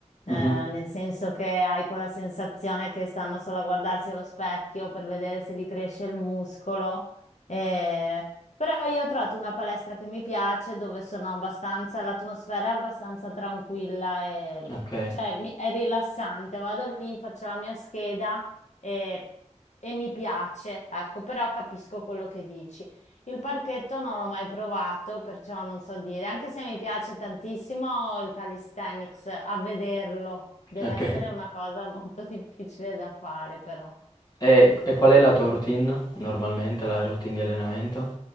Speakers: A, on the left; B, on the left.
A: Eh,
B: Mhm,
A: nel senso che hai quella sensazione che stanno solo a guardarsi allo specchio per vedere se gli cresce il muscolo. Eh, però io ho trovato una palestra che mi piace, dove sono abbastanza, l'atmosfera è abbastanza tranquilla e
B: Ok,
A: cioè, mi- è rilassante. Vado lì, faccio la mia scheda e, e mi piace, ecco, però capisco quello che dici. Il parchetto non l'ho mai provato, perciò non so dire, anche se mi piace tantissimo il calisthenics, a vederlo. Deve
B: ok.
A: essere una cosa molto <laughs> difficile da fare, però.
B: E, e qual è la tua routine normalmente, la routine di allenamento?